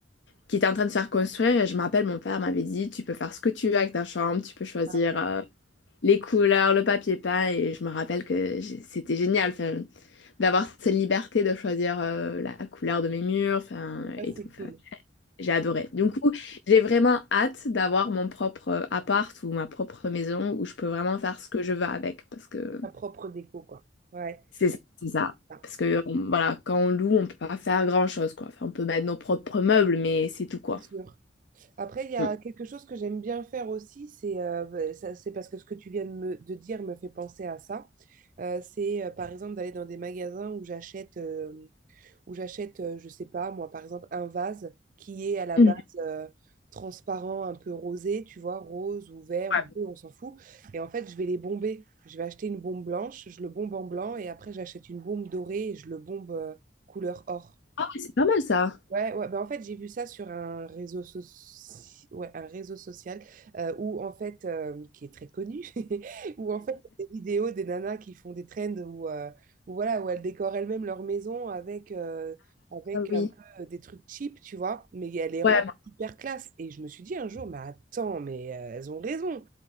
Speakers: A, on the left (about 75°); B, on the right (about 45°).
A: qui était en train de se faire construire et je me rappelle mon père m'avait dit tu peux faire ce que tu veux avec ta chambre, tu peux choisir
B: Ah ouais.
A: euh, les couleurs, le papier peint et je me rappelle que j'ai- c'était génial enfin, d'avoir cette liberté de choisir euh, la couleur de mes murs enfin,
B: Ça,
A: et
B: c'est
A: tout.
B: cool.
A: Enfin, j'ai adoré. Du coup, j'ai vraiment hâte d'avoir mon propre euh, appart ou ma propre maison où je peux vraiment faire ce que je veux avec parce que
B: Ta propre déco, quoi. Ouais,
A: C'est ça, c'est ça.
B: ça,
A: Parce que on- voilà, quand on loue, on peut pas faire grand-chose, quoi. Enfin, on peut mettre nos propres meubles, mais c'est tout, quoi.
B: c'est sûr. Après, il y a
A: Mm.
B: quelque chose que j'aime bien faire aussi, c'est euh, bah, ça- c'est parce que ce que tu viens de, me, de dire me fait penser à ça. Euh, c'est euh, par exemple d'aller dans des magasins où j'achète, euh, où j'achète, euh, je sais pas, moi par exemple, un vase qui est à la
A: Mhm.
B: base euh, transparent, un peu rosé, tu vois, rose ou vert
A: Ouais.
B: ou bleu, on s'en fout. Et en fait, je vais les bomber. Je vais acheter une bombe blanche, je le bombe en blanc et après, j'achète une bombe dorée et je le bombe euh, couleur or.
A: Ah ouais, c'est pas mal ça.
B: Ouais, ouais, bah en fait, j'ai vu ça sur un réseau, soci- ouais, un réseau social euh, où, en fait, euh, qui est très connu, <laughs> où, en fait, des vidéos des nanas qui font des trends où, euh, où, voilà, où elles décorent elles-mêmes leur maison avec, euh, avec
A: Ah oui.
B: un peu euh, des trucs cheap, tu vois, mais elles les rendent
A: Ouais, bah
B: hyper classe. Et je me suis dit un jour, mais attends, mais euh, elles ont raison.